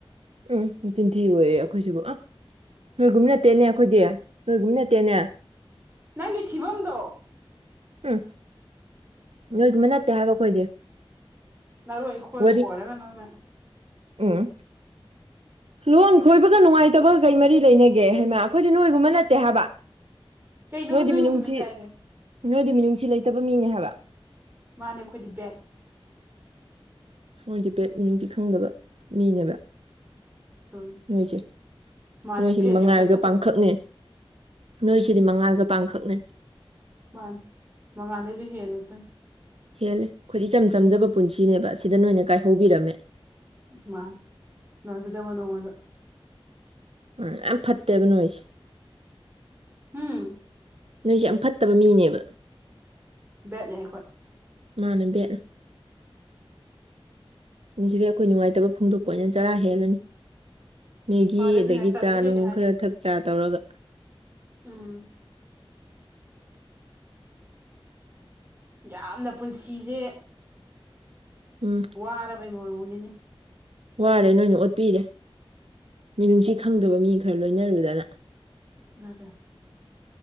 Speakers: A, on the right; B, on the right.
A: ꯎꯝ ꯆꯤꯟꯊꯤ ꯑꯣꯏꯌꯦꯦ ꯑꯩꯈꯣꯏꯁꯤꯕꯨ ꯑ ꯅꯣꯏꯒꯨꯝꯕ ꯅꯠꯇꯦꯅꯦ ꯑꯩꯈꯣꯏꯗꯤ ꯅꯣꯏꯒꯨꯝ ꯅꯠꯇꯦꯅꯦ
B: ꯅꯪꯒꯤ ꯊꯤꯕꯝꯗꯣ
A: ꯎꯝ ꯅꯣꯏꯗꯨꯃ ꯅꯠꯇꯦ ꯍꯥꯏꯕ ꯑꯩꯈꯣꯏꯗꯤ
B: ꯅꯔꯣꯏ ꯑꯩ ꯈꯣꯏ
A: ꯋꯥꯔꯤ
B: ꯈꯣꯏꯔꯒ ꯅꯪꯅ
A: ꯎꯝ ꯂꯣꯟ ꯈꯣꯏꯕꯒ ꯅꯨꯡꯉꯥꯏꯇꯕꯒ ꯀꯩ ꯃꯔꯤ ꯂꯩꯅꯒꯦ ꯍꯩꯃ ꯑꯩꯈꯣꯏꯗꯤ ꯅꯣꯏꯒꯨꯝꯕ ꯅꯠꯇꯦ ꯍꯥꯏꯕ
B: ꯀꯩꯅꯣꯕ
A: ꯅꯣꯏꯗꯤ
B: ꯅꯣꯏꯒꯨꯝꯕꯅ
A: ꯃꯤꯅꯨꯡꯁꯤ
B: ꯇꯥꯏꯗꯣ
A: ꯅꯣꯏꯗꯤ ꯃꯤꯅꯨꯡꯁꯤ ꯂꯩꯇꯕ ꯃꯤꯅꯦ ꯍꯥꯏꯕ
B: ꯃꯥꯅꯦ ꯑꯩꯈꯣꯏꯗꯤ ꯕꯦꯒ
A: ꯁꯣꯗꯤ ꯄꯦꯠ ꯃꯤꯅꯨꯡꯇꯤ ꯈꯪꯗꯕ ꯃꯤꯅꯦꯕ
B: ꯂꯣꯟꯅꯤ
A: ꯅꯣꯏꯁꯦ
B: ꯃꯥꯅꯦ
A: ꯅꯣꯏꯁꯤꯗꯤ
B: ꯐꯦꯠꯅꯦ
A: ꯃꯉꯥꯔꯒ
B: ꯑꯩꯈꯣꯏ ꯐꯠꯇꯕꯤ
A: ꯄꯥꯡꯈꯛꯅꯦ ꯅꯣꯏꯁꯤꯗꯤ ꯃꯉꯥꯒ ꯄꯥꯡꯈꯛꯅꯦ
B: ꯃꯥꯟ ꯃꯉꯥꯗꯩꯁꯨ ꯍꯦꯜꯂꯦ ꯑꯩꯈꯣꯏ
A: ꯍꯦꯜꯂꯦ ꯈꯈꯣꯏꯗꯤ ꯏꯆꯝ ꯆꯝꯖꯕ ꯄꯨꯟꯁꯤꯅꯦꯕ ꯁꯤꯗ ꯅꯣꯏꯅ ꯀꯥꯏꯍꯧꯕꯤꯔꯝꯃꯦ
B: ꯃꯥ ꯅꯟꯁꯤꯗ ꯃꯅ ꯋꯥꯗ
A: ꯎꯝ ꯌꯥꯝ ꯐꯠꯇꯦꯕ ꯅꯣꯏꯁꯦ
B: ꯎꯝ
A: ꯅꯣꯏꯁꯦ ꯌꯥꯝ ꯐꯠꯇꯕ ꯃꯤꯅꯦꯕ
B: ꯕꯦꯠꯅꯦ ꯑꯩꯈꯣꯏ
A: ꯃꯥꯅꯦꯕꯠ ꯁꯤꯗ ꯑꯩꯈꯣꯏ ꯅꯨꯡꯉꯥꯏꯇꯕ ꯐꯣꯡꯗꯣꯛꯄꯅ ꯆꯔꯥ ꯍꯦꯜꯂꯅꯤ ꯃꯦꯒꯤ
B: ꯐꯔꯦ ꯑꯗꯨꯅ
A: ꯑꯗꯒꯤ
B: ꯇꯟꯕꯩꯗꯤꯗꯤ
A: ꯆꯥ ꯅꯨꯡ
B: ꯍꯥꯏꯗꯦ
A: ꯈꯔ ꯊꯛ ꯆꯥ ꯇꯧꯔꯒ
B: ꯎꯝ ꯌꯥꯝꯅ ꯄꯨꯟꯁꯤꯁꯦ
A: ꯎꯝ
B: ꯋꯥꯔꯕꯩ ꯃꯣꯔꯣꯛꯅꯤꯅꯦ
A: ꯋꯥꯔꯦ ꯅꯣꯏꯅ ꯑꯣꯠꯄꯤꯔꯦ ꯃꯤꯅꯨꯡꯁꯤ ꯈꯪꯗꯕ ꯃꯤ ꯈꯔ ꯂꯣꯏꯅꯔꯨꯗꯅ
B: ꯔꯦ